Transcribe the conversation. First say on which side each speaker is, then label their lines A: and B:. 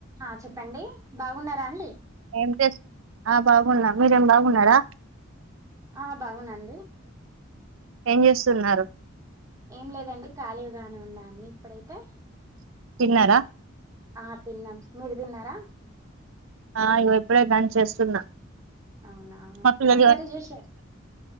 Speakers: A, on the right (about 15°); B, on the right (about 75°).
A: ఆ చెప్పండి బాగున్నారా అండి
B: ఏం చే ఆ బాగున్నాం మీరేం బాగున్నారా
A: ఆ బాగున్నా అండి
B: ఏం చేస్తున్నారు
A: ఏం లేదండి ఖాళీగానే ఉండ అండి ఇప్పుడైతే
B: తిన్నారా
A: ఆ తిన్నాం మీరు తిన్నారా
B: ఆ ఇప్పుడే కాని చేస్తున్నా
A: అవునా
B: మా <unintelligible>
A: ఏం
B: ఆ
A: కర్రీ చేశారు